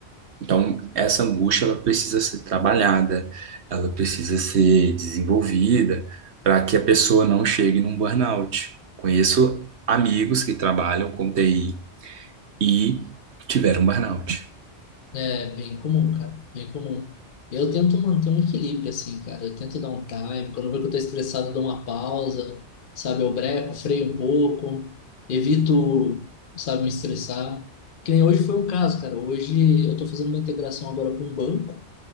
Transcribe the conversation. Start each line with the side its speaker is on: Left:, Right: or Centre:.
Right: Então, essa angústia ela precisa ser trabalhada, ela precisa ser desenvolvida para que a pessoa não chegue num burnout. Conheço amigos que trabalham com TI e tiveram burnout.
Left: É bem comum, cara, bem comum. Eu tento manter um equilíbrio, assim, cara. Eu tento dar um time. Quando eu vejo que eu tô estressado, eu dou uma pausa, sabe? Eu breco, freio um pouco, evito, sabe, me estressar. Que nem hoje foi um caso, cara. Hoje eu tô fazendo uma integração agora com um banco,